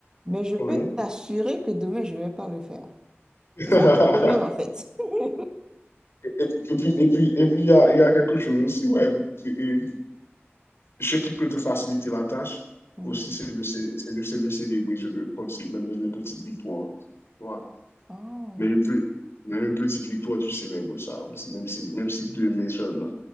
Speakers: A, on the right (about 15°); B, on the left (about 65°).
A: Mais je peux
B: oui.
A: t'assurer que demain, je ne vais pas le faire.
B: <laughs>
A: C'est ça le problème en fait. <laughs>
B: Et, et puis et puis et puis il y a, il y a quelque chose aussi ouais et- et ce qui peut te faciliter la tâche
A: Mhm.
B: aussi c'est de c'est de, c'est de célébrer ce que- comme si même, même les petites victoires. Voilà.
A: Oh.
B: Mais une, pe- même une petite victoire, tu célèbres ça aussi, même si, même si deux mai seulement.